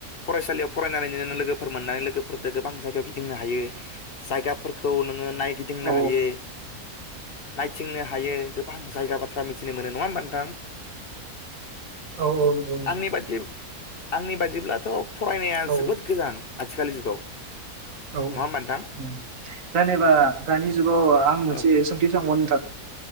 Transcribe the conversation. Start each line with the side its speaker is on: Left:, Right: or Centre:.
Left: फरायसालियाव फरायनानै नो लोगोफोर मोननानै लोगोफोरजों गोबां जायगायाव गिदिंनो हायो जायगाफोरखौ नोङो नायगिदिंनो
Right: औ
Left: हायो। <unintelligible> थिंनो हायो गोबां जायगा बाथ्रा मिथिनो मोनो नङा होमबा नोंथां।
Right: औ औ नंगौ नंगौ।
Left: आंनि बादि आंनि बायदिब्लाथ फरायनाया
Right: औ
Left: जोबोद गोजान आथिखालनि जुगाव।
Right: औ
Left: नङा होमबा नोंथां
Right: औ जेनेबा दानि जुगाव आं मोनसे
Left: औ
Right: सोंथि सोंबावनि